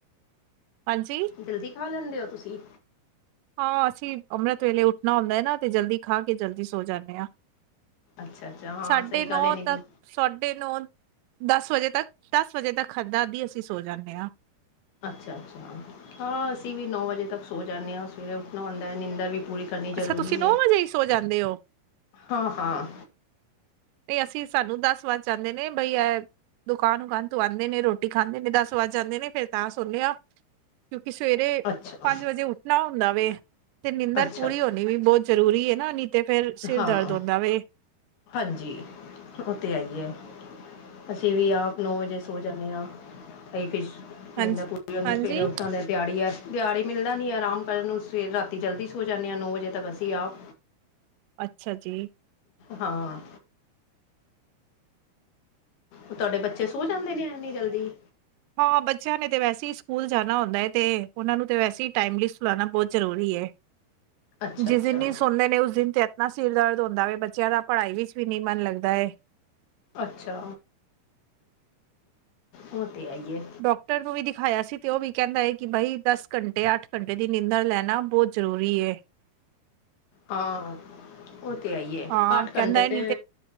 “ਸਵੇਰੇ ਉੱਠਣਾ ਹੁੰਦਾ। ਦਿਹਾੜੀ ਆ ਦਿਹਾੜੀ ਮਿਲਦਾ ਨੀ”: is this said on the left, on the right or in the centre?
Left